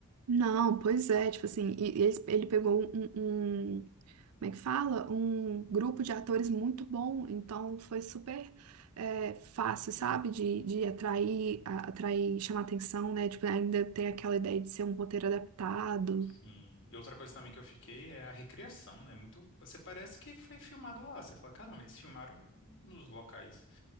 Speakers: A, on the right; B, on the left.
A: Não, pois é, tipo assim, e- e ele, ele pegou um, um- um, como é que fala? Um grupo de atores muito bom, então foi super é, fácil, sabe? De, de atrair, a- atrair, chamar atenção, né? Tipo, ainda tem aquela ideia de ser um roteiro adaptado.
B: Sim. E outra coisa também que eu fiquei é a recriação, né? Muito, você parece que foi filmado lá. Você fala, caramba, eles filmaram nos locais,